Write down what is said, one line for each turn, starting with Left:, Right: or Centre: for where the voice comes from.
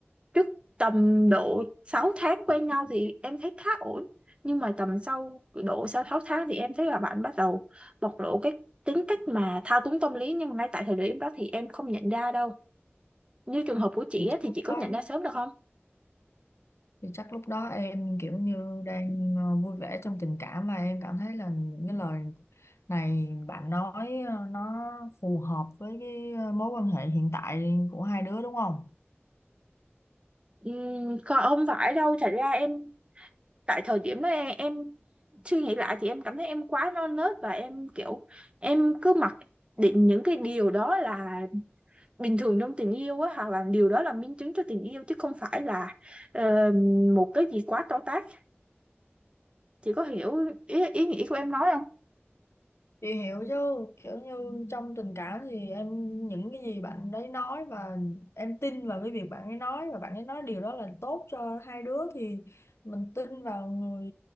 Right: trước tầm độ 6 tháng quen nhau thì em thấy khá ổn nhưng mà tầm sau độ sau 6 tháng thì em thấy là bạn bắt đầu bộc lộ cái tính cách mà thao túng tâm lý nhưng mà ngay tại thời điểm đó thì em không nhận ra đâu như trường hợp của chị
Left: thì
Right: á,
Left: chắc
Right: thì
Left: lúc
Right: chị có
Left: đó
Right: nhận ra sớm được không
Left: thì chắc lúc đó em kiểu như đang ờ, vui vẻ trong tình cảm mà em cảm thấy là những cái lời này bạn nói ờ, nó phù hợp với cái ờ, mối quan hệ hiện tại của hai đứa đúng không
Right: Ừm, kho- không phải đâu thật ra em tại thời điểm đó em, em suy nghĩ lại thì em cảm thấy em quá non nớt và em kiểu em cứ mặc định những cái điều đó là bình thường trong tình yêu á hoặc là điều đó là minh chứng cho tình yêu chứ không phải là ờ, một cái gì quá to tát chị có hiểu ý, ý nghĩa của em nói không
Left: Chị hiểu chứ kiểu như trong tình cảm thì em những cái gì bạn đấy nói và em tin vào cái việc bạn ấy nói và bạn ấy nói điều đó là tốt cho hai đứa thì mình tin vào người